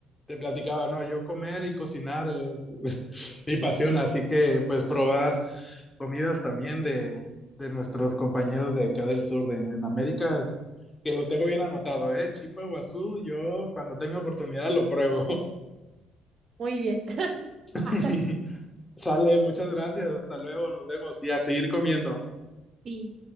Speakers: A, on the left; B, on the right.
A: te platicaba, no, yo comer y cocinar es <laughs> mi pasión, así que pues probar comidas también de, de nuestros compañeros de acá del sur de en América es que lo tengo bien anotado, eh, Chipa Guazú, yo cuando tengo oportunidad lo pruebo.
B: Muy bien. <laughs>
A: <laughs>
B: Hasta
A: Sale, muchas gracias, hasta luego, nos vemos y a seguir comiendo.
B: Sí.